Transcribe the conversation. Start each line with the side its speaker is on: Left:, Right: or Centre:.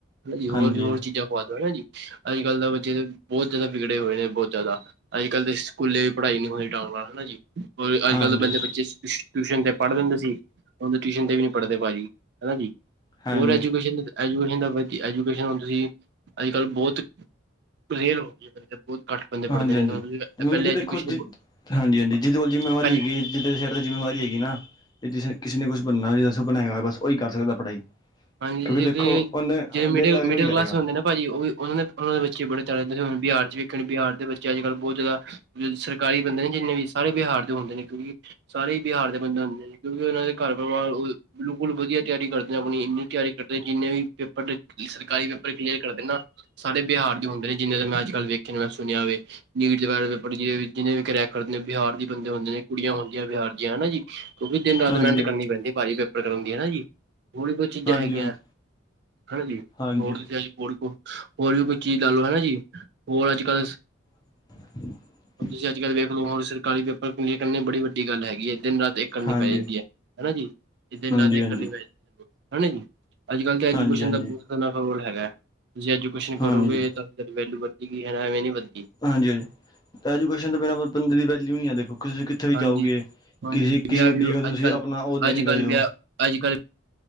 Right: ਹਨਾ ਜੀ ਹੋਰ
Left: ਹਾਂਜੀ
Right: ਵੀ ਹੋਰ
Left: ਹਾਂਜੀ
Right: ਚੀਜ਼ਾਂ ਖਵਾ ਦੋ ਹਨਾ ਜੀ ਅੱਜ ਕੱਲ੍ਹ ਦੇ ਬੱਚੇ ਬਹੁਤ ਜ਼ਿਆਦਾ ਵਿਗੜੇ ਹੋਏ ਨੇ ਬਹੁਤ ਜ਼ਿਆਦਾ ਅੱਜ ਕੱਲ੍ਹ ਦੇ ਸਕੂਲੇ ਵੀ ਪੜ੍ਹਾਈ ਨੀ ਹੋਣੀ ਢੰਗ ਨਾਲ ਹਨਾ ਜੀ ਅੱਜ
Left: ਹਾਂਜੀ
Right: ਕੱਲ ਤਾਂ ਬਹਿੰਦੇ ਬੱਚੇ ਟਿਊਸ਼ਨ 'ਤੇ ਪੜ੍ਹ ਲਿੰਦੇ ਸੀ ਉਹ ਟਿਊਸ਼ਨ 'ਤੇ ਵੀ ਨਹੀਂ ਪੜ੍ਹਦੇ ਭਾਜੀ ਹੈ ਨਾ ਜੀ
Left: ਹਾਂਜੀ
Right: ਹੋਰ ਐਜੂਕੇਸ਼ਨ ਦੇ ਐਜੂਕੇਸ਼ਨ ਦਾ ਵਧੀ ਐਜੂਕੇਸ਼ਨ ਹੁਣ ਤੁਸੀਂ ਅੱਜ ਕੱਲ੍ਹ ਬਹੁਤ ਰੇਰ ਹੋ ਗਈ ਹੈ ਬਹੁਤ ਘੱਟ ਬੰਦੇ
Left: ਹਾਂਜੀ
Right: ਪੜ੍ਹਦੇ ਨੇ
Left: ਹਾਂਜੀ ਹੁਣ
Right: ਪਹਿਲੇ
Left: ਕੀ
Right: ਐਜੂਕੇਸ਼ਨ
Left: ਦੇਖੋ ਜੀ ਹਾਂਜੀ ਹਾਂਜੀ ਜਿੱਹਦੇ ਕੋਲ ਜਿੰਮੇਵਾਰੀ
Right: ਪਹਿਲੇ
Left: ਹੈਗੀ ਜਿੱਹਦੇ ਸਿਰ ਤੇ ਜਿੰਮੇਵਾਰੀ ਹੈਗੀ ਨਾ ਜਿਸੇ ਕਿਸੇ ਨੇ ਕੁਛ ਬਣਨਾ ਹੋ ਜੋ ਸੁਪਨਾ ਹੇਗਾ ਬੱਸ ਉਹੀ ਕਰ ਸਕਦਾ ਪੜ੍ਹਾਈ
Right: ਹਾਂਜੀ
Left: ਕਿਉਂਕਿ
Right: ਜਿਹੜੇ
Left: ਦੇਖੋ ਉਹਨੇ
Right: ਜਿਹੜੇ ਮਿਡਲ
Left: ਦਿਲ ਲਗਾ ਕੇ
Right: ਮਿਡਲ
Left: ਉਹੀ ਕਰੇਗਾ
Right: ਕਲਾਸ ਹੁੰਦੇ ਨੇ ਭਾਜੀ ਉਹ ਵੀ ਉਹ ਉਹ ਦੇ ਬੱਚੇ ਬੜੇ ਤੁ ਬਹ ਚ ਵੇਖਣ ਬਿਹਾਰ ਦੇ ਬੱਚ ਅੱਜ ਕੱਲ੍ਹ ਬਹੁਤ ਜ਼ਿਆਦਾ ਸਰਕਾਰੀ ਬੰਦੇ ਨੇ ਜਿੰਨੇ ਵੀ ਸਾਰੇ ਬਿਹਾਰ ਦੇ ਹੁੰਦੇ ਨੇ ਕਿਉਂਕਿ ਸਾਰੇ ਹੀ ਬਿਹਾਰ ਦੇ ਬੰਦੇ ਹੁੰਦੇ ਨੇ ਕਿਉਂਕਿ ਉਹਨਾਂ ਦੇ ਘਰ ਪਰਿਵਾਰ ਬਿਲਕੁਲ ਵਧੀਆ ਤਿਆਰੀ ਕਰਦੇ ਨੇ ਆਪਣੀ ਇੰਨੀ ਤਿਆਰੀ ਕਰਦੇ ਜਿੰਨੇ ਵੀ ਪੇਪਰ ਸਰਕਾਰੀ ਪੇਪਰ ਕਲੀਅਰ ਕਰਦੇ ਨਾ ਸਾਡੇ ਬਿਹਾਰ ਦੇ ਹੁੰਦੇ ਨੇ ਜਿੰਨੇ ਦਾ ਮੈਂ ਅੱਜ ਕੱਲ ਵੇਖਿਆ ਨੂੰ ਮੈਂ ਸੁਣਿਆ ਹੋਵੇ ਨੀਟ ਦੇ ਬਾਰੇ ਜਿਹਨੇ ਵੀ ਰਿਆ ਕਰਦੇ ਨੇ ਬਿਹਾਰ ਦੇ ਬੰਦੇ ਹੁੰਦੇ ਨੇ ਕੁੜੀਆਂ ਹੁੰਦੀਆਂ ਬਿਹਾਰ ਦੀਆਂ ਹਨਾ ਜੀ ਕਿਉਂਕਿ ਦਿਨ ਰਾਤ
Left: ਹਾਂਜੀ
Right: ਮਿਹਨਤ
Left: ਹਾਂਜੀ
Right: ਕਰਨੀ ਪੈਂਦੀ ਭਾਜੀ ਪੇਪਰ ਕਰਨ ਦੀ ਹਨਾ ਜੀ ਥੋੜੀ ਬਹੁੱਤ ਚੀਜ਼ਾਂ
Left: ਹਾਂਜੀ
Right: ਹੈਗੀਆਂ
Left: ਹਾਂਜੀ
Right: ਹਨਾ ਜੀ
Left: ਹਾਂਜੀ
Right: ਹੋਰ ਦੱਸਿਆ ਹੋਰ ਹੋਰ ਵੀ ਚੀਜ਼ ਲਾ ਲੋ, ਹਨਾ ਜੀ? ਹੋਰ ਅੱਜ ਕੱਲ
Left: <inaudible>
Right: ਤੁਸੀਂ ਅੱਜ ਕੱਲ ਵੇਖ ਲੋ ਹੁਣ ਸਰਕਾਰੀ ਪੇਪਰ <unintelligible> ਕਰਨੇ ਬੜੀ ਵੱਡੀ ਗੱਲ ਹੈਗੀ ਏ ਦਿਨ ਰਾਤ ਕਰਨੀ
Left: ਹਾਂਜੀ
Right: ਪੈ ਜਾਂਦੀ ਹੈ, ਹਨਾ ਜੀ? ਦਿਨ
Left: ਹਾਂਜੀ
Right: ਰਾਤ ਇੱਕ
Left: ਹਾਂਜੀ
Right: ਕਰਨੀ ਪੈ ਜਾਂ ਹਨਾ ਜੀ? ਅੱਜ ਕੱਲ੍ਹ ਤੇ ਐਜੂਕੇਸ਼ਨ
Left: ਹਾਂਜੀ ਹਾਂਜੀ
Right: ਦਾ ਬਹੁਤ <unintelligible> ਰੋਲ ਹੈਗਾ, ਜੇ ਐਜੂਕੇਸ਼ਨ ਕਰੋਗੇ
Left: ਹਾਂਜੀ ਹਾਂਜੀ
Right: ਵੈਲਿਊ ਵੱਧਦੀ ਗਈ ਹਨਾ, ਐਵੇਂ ਨੀ ਵੱਧਦੀ।
Left: ਹਾਂਜੀ-ਹਾਂਜੀ, ਐਜੂਕੇਸ਼ਨ ਦੇ ਬਿਨਾਂ ਬੰਦੇ ਦੀ ਵੈਲਿਊ ਨਹੀਂ ਹੈ, ਦੇਖੋ ਤੁਸੀਂ ਕਿੱਥੇ ਵੀ
Right: ਹਾਂਜੀ
Left: ਜਾਓਗੇ
Right: ਹੁਣ
Left: ਕਿਸੀ-ਕਿਸੀ
Right: ਤੁਸੀਂ ਵਿਆਹ
Left: ਵੱਡੀ
Right: ਵੀ
Left: ਜਗ੍ਹਾ ਤੁਸੀਂ
Right: ਅੱਜ ਕੱਲ
Left: ਆਪਣਾ ਉਹ ਦੇਣ
Right: ਅੱਜ
Left: ਗਏ
Right: ਕੱਲ
Left: ਹੋ।
Right: ਅੱਜ ਕੱਲ